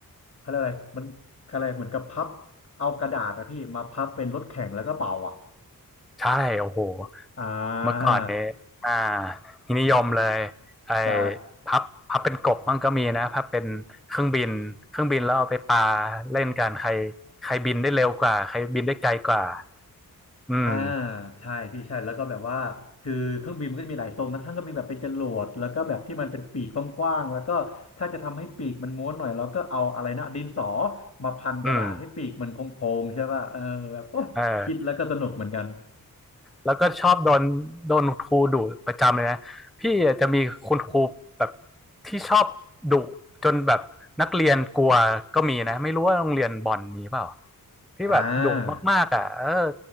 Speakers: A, on the left; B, in the centre.
A: เขาเรียกอะไรมันเขาเรียกอะไรเหมือนกับพับเอากระดาษอะพี่มาพับเป็นรถแข่งแล้วก็เป่าอ่ะ
B: ใช่โอ้โห
A: อ่
B: เมื่อก่อนเนี่ยอ่า
A: า
B: นิยมเลยไอ้
A: ใช่
B: พับพับเป็นกบมั่งก็มีนะพับเป็นเครื่องบินเครื่องบินแล้วเอาไปปาเล่นกันใครใครบินได้เร็วกว่าใครบินได้ไกลกว่าอืม
A: อ่าใช่พี่ใช่แล้วก็แบบว่าคือเครื่องบินมันก็จะมีหลายทรงนะทั้งก็มีแบบเป็นจรวดแล้วก็แบบที่มันเป็นปีกกว้างๆแล้วก็ถ้าจะทำให้ปีกมันม้วนหน่อยเราก็เอาอะไรนะดินสอมาพันกระดาษให้ปีกมันโค้งๆใช่ป่ะเออแบบโอ๊ยคิดแล้วก็สนุกเหมือนกัน
B: อืมเออแล้วก็ชอบโดนโดนครูดุประจำเลยนะพี่อาจจะมีคุณครูแบบที่ชอบดุจนแบบนักเรียนกลัวก็มีนะไม่รู้ว่าโรงเรียนบอลมีเปล่า ที่แบบดุมากๆอ่ะเออ
A: อ่า